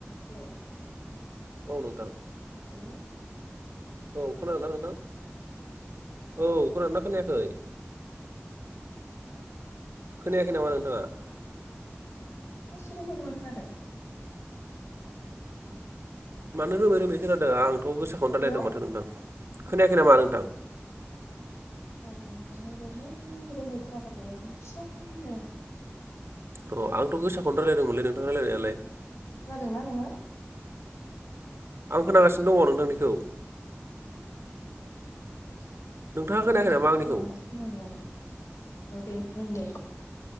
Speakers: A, on the left; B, on the right.
A: Hello
B: औ नोंथां
A: hello
B: औ खोनादोंना नोंथां औ खोनादोंना खोनायाखै, खोनायाखै नामा नोंथाङा?
A: मा एसे रोमै रोमै खोनादों,
B: मानो रोमै रोमै खोनादों आंथ' गोस्साखौनो रायलायदों
A: हेलौ
B: माथो नोंथां खोनायाखै नामा नोंथां
A: अ माने रोमै रोमै खोनाथारदों एखदम फिसानो
B: अ आंथ' गोसाखौनो रायलायदोंमोनलै नोंथां रायलायनायालाय
A: खोनादोंना नोङो
B: आं खोनागासिनो दङ नोंथांनिखौ
A: औ औ माने
B: नोंथाङा खोनायाखै
A: मोजां
B: नामा आंनिखौ
A: थाल लाबा खोनायो आरो औ दे बुं दे